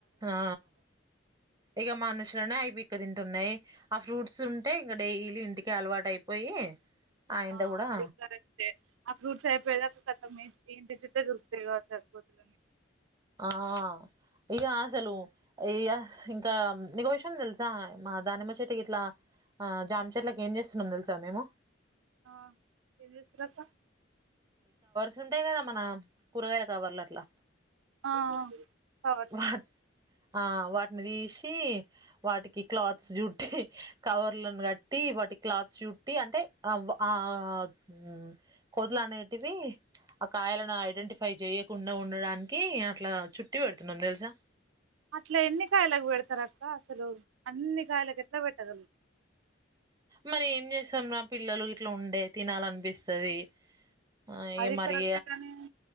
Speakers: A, on the right; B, on the right.
A: ఆ ఇగా మనుషులనే ఐ పిక్క తింటున్నాయి ఆ ఫ్రూట్స్ ఉంటే ఇంకా డైలీ ఇంటికి అలవాటు అయిపోయి ఆయంత
B: ఆ
A: కూడా
B: అది కరెక్టే ఆ ఫ్రూట్స్ అయిపోయినా కతమే ఈ ఇంటి చుట్టే దొరుకుతాయి కాబట్టి సరిపోతుంది.
A: ఆ ఇక అసలు ఇ య ఇంకా నీకో విషయం తెలుసా మా దానిమ చెట్కి ఇట్లా ఆ జామ చెట్లకి ఏం చేస్తున్నాం తెలుసా మేము.
B: ఆ ఎం చేస్తుర్రు అక్క
A: చుంటాయి కదా మన కూరగాయల కవర్లు అట్లా
B: ఆ కవర్స్
A: వా ఆ వాటిని తీసి వాటికి క్లాత్స్ చుట్టి కవర్లను కట్టి వాటికి క్లాత్స్ చుట్టి అంటే ఆ వ ఆ ఉ కోదలు అనేటివి ఆ కాయలను ఐడెంటిఫై చేయకుండా ఉండడానికి కి అట్లా చుట్టి పెడుతున్నాం తెలుసా
B: అట్లా ఎన్ని కాయలకు పెడతారు అక్క అసలు అన్ని కాయలకు ఎట్లా పెట్టగల
A: మరి ఏం చేస్తాం నా పిల్లలు ఇట్లా ఉండే తినాలనిపిస్తది. ఆ ఇగ
B: అది
A: మరి
B: కరెక్టే కాని